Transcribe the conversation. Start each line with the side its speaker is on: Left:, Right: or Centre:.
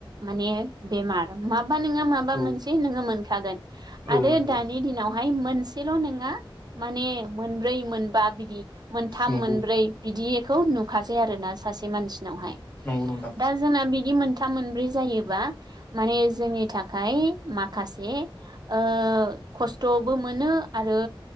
Right: माने बेमार माबा नोङा माबा
Left: औ
Right: मोनसे नोङो मोनखागोन।
Left: औ
Right: आरो
Left: नंगौ
Right: दानि दिनावहाय मोनसेल' नोंङा माने मोनब्रै मोनबा बिदि मोन्थाम
Left: नंगौ
Right: मोनब्रै बिदिखौ नुखासै आरोना सासे मानसिनावहाय।
Left: नंगौ नोंथां।
Right: दा जोंना बिदि मोन्थाम मोनब्रै जायोबा माने जोंनि थाखाय माखासे ओ खस्थ'बो मोनो आरो